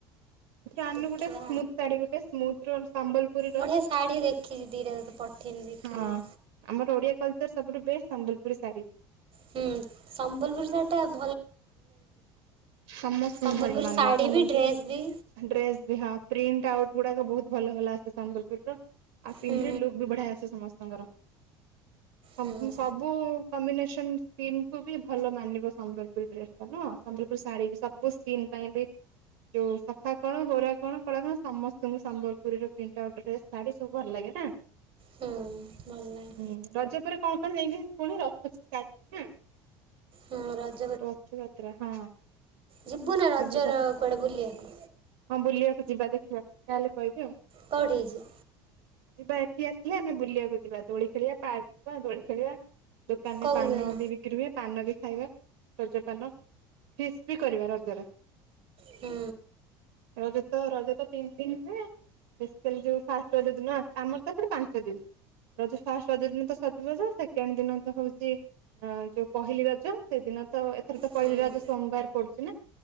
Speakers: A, on the right; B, on the right.
A: ଏଠିକି ଆଣୁନୁ
B: ଦେଖିବା
A: ଗୋଟେ ସ୍ମୁଥ୍ ଶାଢୀ ଗୋଟେ ସ୍ମୁଥ ତ୍ରୋନ ସମ୍ବଲପୁରୀର
B: ବଢ଼ିଆ ଶାଢ଼ୀ ଦେଖିଛି ଦିଟା ତତେ ପଠେଇମି ଦେଖିବୁ
A: ହଁ
B: ଯଦି
A: ଆମର ଓଡିଆ କଲଚର ସବୁଠୁ ବେଷ୍ଟ ସମ୍ବଲପୁର ସାଢ଼ୀ।
B: ହୁଁ ସମ୍ବଲପୁରୀ ଶାଢ଼ୀ ଟା
A: ସମସ୍ତଙ୍କୁ
B: ସମ୍ବଲପୁର
A: ଭଲ ମାନେ
B: ଶାଢ଼ୀ
A: ସମ୍ବଲପୁରୀ
B: ବି ଡ୍ରେସ୍ ବି
A: ଡ୍ରେସ୍ ବି ପ୍ରିଣ୍ଟ ଟାଉଟ ଗୁଡାକ ବହୁତ ଭଲ ଭଲ ଆସେ ସମ୍ବଲପୁରୀ ର ଆଉ ପିନ୍ଧିଲେ
B: ହୁଁ
A: ଲୁକ୍ ବି ବଢିଆ ଆସେ ସମସ୍ତେ ସାଙ୍ଗର ସ
B: ହୁଁ।
A: ସବୁ କମ୍ବିନେସନ ସ୍କିନ୍ କୁ ବି ଭଲ ମାନିବ ସମ୍ବଲ ଡ୍ରେସ ଟାନୁଁହ ସମ୍ବଲପୁରୀ ଶାଢୀ ସବୁ ସ୍କିିନ ପାଇଁ ବି ଯୋଉ ସଫା କଣ ଗୋରା କଣ କଳା କଣ ସମସ୍ତଙ୍କୁ ସମ୍ବଲପୁରୀର ପ୍ରିଣ୍ଟ ଆଉଟ ଡ୍ରେସ ଶାଢୀ ସବୁ ଭଲ ଲାଗେ ନା?
B: ହୁଁ ଭଲ ଲାଗେ
A: ହୁଁ ରଜ ପରେ କଣ କଣ ଯାଇକି ପୁଣି ରଥ ଯାତ୍ରା ରେ ନା
B: ହଁ,
A: ରଥଯାତ୍ରା ହଁ
B: ଯିବୁ ନା ରଜର
A: ରଥଯାତ୍ରା
B: କୁଆଡ଼େ ବୁଲିବାକୁ?
A: ହଁ ବୁଲିବାକୁ ଯିବା ଦେଖ ଯିବା ପାଇଁ ହେଲେ କହିବି ଆଉ।
B: କୋଉଠି କି ଯିବୁ?
A: ଯିବା ଏଠି ଆସିଲେ ଆମେ ବୁଲିବାକୁ ଯିବା ଦୋଳି ଖେଳିବା ପାର୍କ ଯିବା ଦୋଳି ଖେଳିବା ଦୋକାନରେ
B: କୋଉ
A: ପାନ
B: ଦିନ
A: ବି ବିକ୍ରି ହୁଏ ପାନ ବି ଖାଇବା। ରଜପାନ ଫିଷ୍ଟ ବି କରିବା ରଜରେ।
B: ହୁଁ।
A: ରଜ ତ ରଜ ତ ତିନି ଦିନ ହୁଏ ବେସିକାଲି ଯୋଉ ଫାଷ୍ଟ ରଜ ଦିନ ଆମର ତ ଏପଟେ ପାଞ୍ଚ ଦିନ ରଜ ଫାଷ୍ଟ ରଜ ଦିନ ତ ସଜବାଜ ସେକେଣ୍ଡ ଦିନ ତ ହଉଛି ଯୋଉ ପହିଲି ରଜ। ସେଦିନ ତ ଏଥର ତ
B: ହୁଁ
A: ପହିଲି ରଜ ତ ସୋମବାର ପଡୁଛି ନା